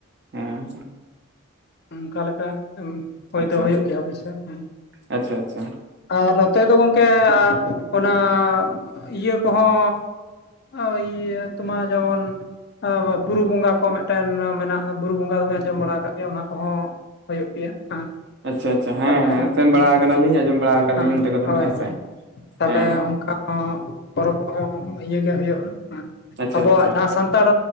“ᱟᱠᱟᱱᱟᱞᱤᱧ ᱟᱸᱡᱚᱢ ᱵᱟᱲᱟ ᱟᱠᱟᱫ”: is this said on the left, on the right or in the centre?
Right